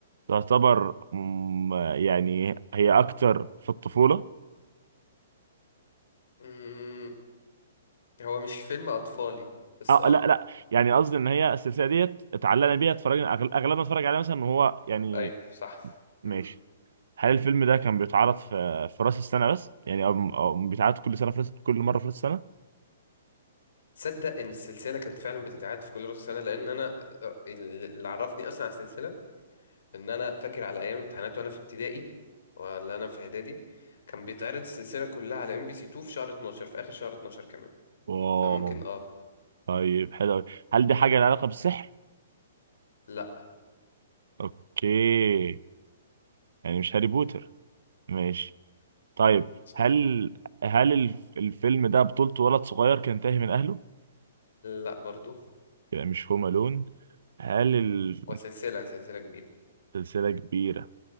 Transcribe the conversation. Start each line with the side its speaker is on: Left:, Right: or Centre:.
Right: تعتبر مم، يعني هي اكتر في الطفولة
Left: يلا هو مش فيلم اطفالي بس
Right: اه
Left: اه
Right: لا لا يعني قصدي ان هي السلسلة ديت اتعلقنا بيها اتفرجنا أغل- اغلبنا اتفرج عليها مثلا وهو يعني
Left: ايوه صح مم.
Right: ماشي هل الفيلم ده كان بيتعرض في في راس السنة بس يعني او أو بيتعرض كل سنة في راس كل مرة في راس السنة
Left: تصدق ان السلسله كانت فعلا بتتعاد في كل راس سنه لان انا اللي عرفني اصلا على السلسله ان انا فاكر على ايام امتحانات وانا في ابتدائي ولا انا في اعدادي كان بيتعرض السلسله كلها على ام بي سي 2 في شهر 12 في اخر شهر 12 كمان
Right: واو
Left: فممكن اه
Right: طيب حلو أوي. هل دي حاجة لها علاقة بالسحر؟
Left: لا
Right: اوكي يعني مش هاري بوتر ماشي طيب
Left: سلام.
Right: هل هل الف- الفيلم ده بطولته ولد صغير كان تاهي من اهله؟
Left: لا برضو
Right: يبقى مش هوم الون هل ال-
Left: وسلسله سلسله كبيره
Right: سلسلة كبيرة